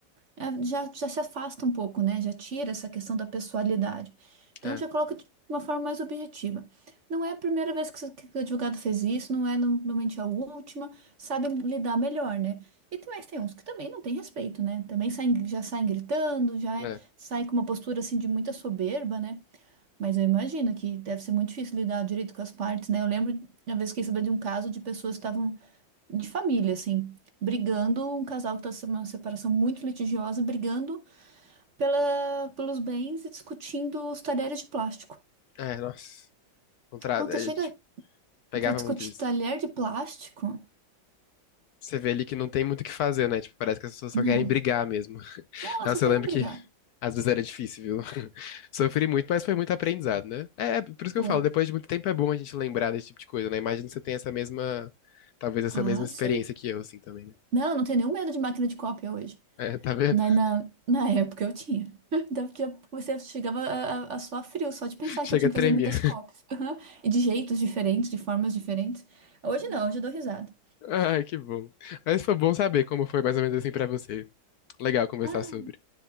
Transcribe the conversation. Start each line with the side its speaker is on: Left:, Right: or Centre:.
Right: É, Já, já se afasta um pouco, né? Já tira essa questão da pessoalidade. Então
Left: é,
Right: já coloca de uma forma mais objetiva. Não é a primeira vez que, você- que o advogado fez isso, não é normalmente a última, sabe lidar melhor, né? E tem, mas tem uns que também não tem respeito, né? Também saem, já saem gritando, já
Left: é,
Right: é- saem com uma postura assim de muita soberba, né? Mas eu imagino que deve ser muito difícil lidar direito com as partes, né? Eu lembro uma vez que soube de um caso de pessoas que estavam de família, assim, brigando, um casal que estava numa separação muito litigiosa, brigando pela, pelos bens e discutindo os talheres de plástico.
Left: é, nossa. Contra...
Right: Quando
Left: A
Right: você chega
Left: gente pegava
Right: para discutir
Left: muito disso.
Right: talher de plástico,
Left: Você vê ali que não tem muito o que fazer, né? Tipo, parece que as pessoas só
Right: não.
Left: querem brigar mesmo. <laughs>
Right: Não, elas
Left: Nossa,
Right: só querem
Left: eu lembro
Right: brigar.
Left: que às vezes era difícil, viu? <laughs> Sofri muito, mas foi muito aprendizado, né? É, é por isso que
Right: Foi.
Left: eu falo, depois de muito tempo é bom a gente lembrar desse tipo de coisa, né? Imagina que você tem essa mesma, talvez essa
Right: Ah,
Left: mesma experiência
Right: sim.
Left: que eu, assim, também, né?
Right: Não, não tem nenhum medo de máquina de cópia hoje.
Left: É, tá vendo?
Right: Na, na, na época eu tinha. <laughs> Dava- tinha- Você chegava a, a, a suar frio só de
Left: <laughs>
Right: pensar
Left: Chega
Right: que eu tinha
Left: a tremer.
Right: que fazer muitas cópias. <laughs> Aham. E de jeitos diferentes, de formas diferentes. Hoje não, hoje eu dou risada.
Left: <laughs> Ai, que bom. Mas foi bom saber como foi mais ou menos assim pra você. Legal conversar
Right: Ah,
Left: sobre.